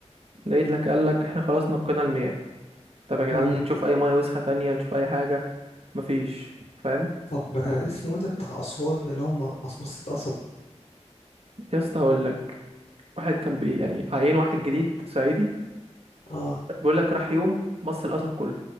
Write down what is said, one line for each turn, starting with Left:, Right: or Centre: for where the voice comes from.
Right: لقيت لك قال لك احنا خلاص نقينا ال 100 طب يا جدعان
Left: امم
Right: نشوف اي ميه وسخه تانية نشوف اي حاجه مفيش فاهم
Left: طب آه، اسمه ايه ده بتاع أسوان اللي هو م- مصمصة قصب
Right: يا اسطى هقول لك واحد كان بي يعني عيين واحد جديد صعيدي
Left: اه
Right: بيقول لك راح يوم مص القصب كله